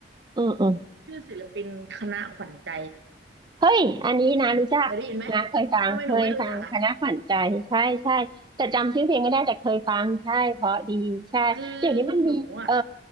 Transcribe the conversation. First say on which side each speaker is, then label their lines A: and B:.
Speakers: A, on the right; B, on the right.
A: อืมอืม
B: ชื่อศิลปินคณะขวัญใจ
A: เฮ้ยอันนี้นะรู้จักนะเคยฟังเคยฟังคณะขวัญใจใช่ใช่แต่จำชื่อเพลงไม่ได้แต่เคยฟังใช่เพราะดีใช่เดี๋ยวนี้มันมีเออ
B: เคยได้ยินไหมทำไมหนูไม่รู้จักอ่ะคือหนูอ่ะ